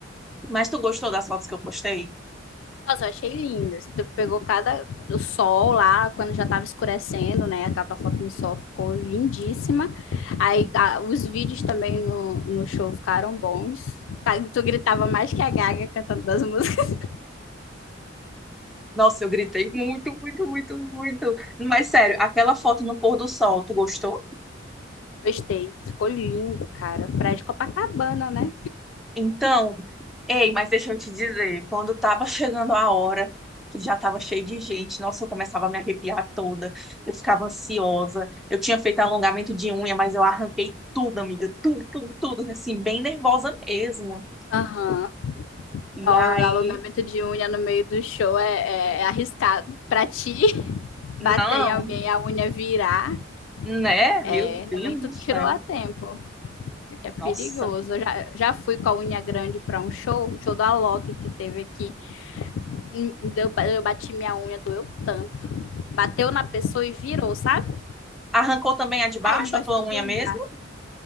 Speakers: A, in the centre; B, on the left.
A: mas tu gostou das fotos que eu postei?
B: Nossa, eu achei lindo. Assim, Tu pegou cada o sol lá, quando já tava escurecendo, né? Aquela tua foto no sol ficou lindíssima. Aí a- os vídeos também no, no show ficaram bons. Tá, Tu gritava mais que a Gaga cantando as músicas.
A: Nossa, eu gritei muito, muito, muito, muito. Mas sério, aquela foto no pôr do sol, tu gostou?
B: <laughs> Gostei. Ficou lindo, cara. Praia de Copacabana, né?
A: Então, ei, mas deixa eu te dizer, quando tava chegando a hora, que já tava cheio de gente, nossa, eu começava a me arrepiar toda, eu ficava ansiosa. Eu tinha feito alongamento de unha, mas eu arranquei tudo, amiga, tudo, tudo, tudo, assim, bem nervosa mesmo.
B: Aham.
A: E
B: Ó,
A: aí,
B: alongamento de unha no meio do show é, é é arriscado. Pra ti, <laughs>
A: não,
B: bater em alguém, a unha virar.
A: né?
B: É,
A: Meu
B: ainda
A: Deus
B: bem que
A: do
B: tu tirou
A: céu.
B: a tempo. É que é perigoso.
A: Nossa,
B: Eu já, já fui com a unha grande para um show, o show do Alok que teve aqui. Hum, Deu, eu bati minha unha, doeu tanto. Bateu na pessoa e virou, sabe?
A: Arrancou também a de baixo,
B: Ai, não gosto
A: a tua
B: nem de
A: unha
B: lembrar.
A: mesmo?